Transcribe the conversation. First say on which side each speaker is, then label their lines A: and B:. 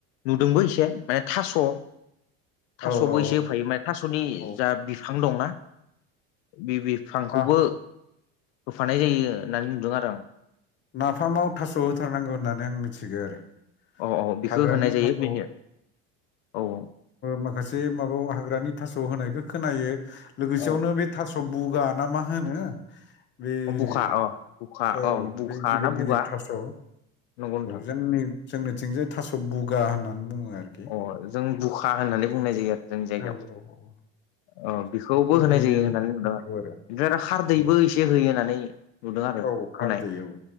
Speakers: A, on the left; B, on the left.
A: नुदोंबो एसे माने थास' थास'बो
B: औ औ
A: एसे होफायो माने थास'नि
B: औ
A: जा बिफां दंना बे बे बिफांखौबो
B: ना
A: होफानाय जायो होननानै नुदों आरो आं।
B: नाफामाव थास' होथारनांगौ होननानै आं मिथिगो आरो।
A: औ औ बिखौ
B: हाग्रानि
A: होनाय जायो
B: थास'
A: बेनो
B: ओ
A: औ
B: माखासे माबायाव हाग्रानि थास' होनायखो खोनायो लोगोसेयावनो
A: औ
B: बे थास' बुगा ना मा होनो बे
A: अ बुखा अ बुखा
B: औ
A: अ बुखा
B: बे गिदिर
A: ना बुगा
B: गिदिर थास औ
A: नंगौ नोंथां
B: जोंनि जोंनिथिंजाय थास' बुगा होननानै बुङो आरो।
A: अ जों बुखा होननानै बुंनाय जायो आरो जोंनि जायगायाव
B: औ औ औ
A: अ बेखौबो
B: बेखौ
A: होनाय
B: होयो
A: जायो होननानै बुंदों
B: मिथिगौ
A: ओमफ्राय आरो खारदैबो
B: उम।
A: एसे होयो होननानै नुदों आरो
B: औ खारदै
A: होनाय
B: औ